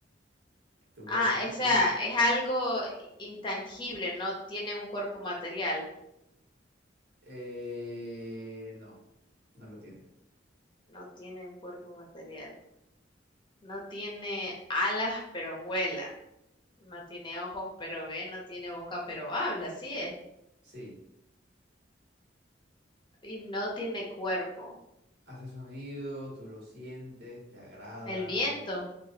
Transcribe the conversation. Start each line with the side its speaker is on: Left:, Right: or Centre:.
Right: que tú
Left: Ah,
Right: puedes sentir.
Left: o sea, es algo intangible, no tiene un cuerpo material,
Right: Eh, no, no lo tiene.
Left: no tiene un cuerpo material, no tiene alas pero vuela, no tiene ojos pero ve, no tiene boca pero habla, así es,
Right: Sí,
Left: y no tiene cuerpo.
Right: hace sonido, tú lo sientes, te agrada.
Left: El viento,